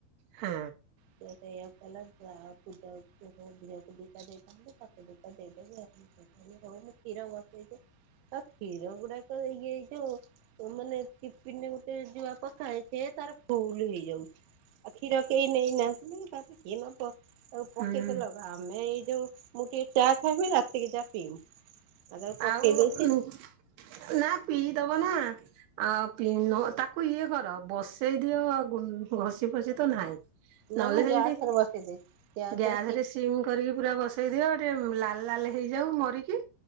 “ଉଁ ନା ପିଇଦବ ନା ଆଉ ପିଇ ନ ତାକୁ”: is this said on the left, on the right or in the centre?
Right